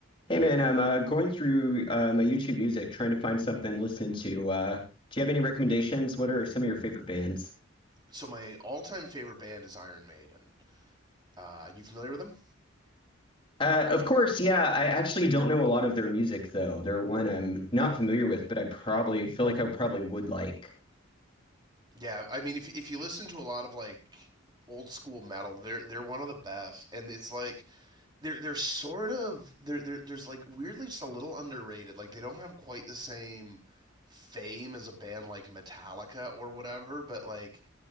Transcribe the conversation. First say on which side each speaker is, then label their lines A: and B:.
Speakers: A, on the left; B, on the right.
A: Hey man, I'm uh, going through uh, my YouTube music trying to find something to listen to. Uh, do you have any recommendations? What are some of your favorite bands?
B: So my all-time favorite band is Iron Maiden. Uh, you familiar with them?
A: Uh, of course, yeah, I actually don't know a lot of their music though. They're one I'm not familiar with, but I probably feel like I probably would like.
B: Yeah, I mean, if if you listen to a lot of like old school metal, they're they're one of the best, and it's like they're they're sort of they're, they're there's like weirdly just a little underrated. Like they don't have quite the same fame as a band like Metallica or whatever, but like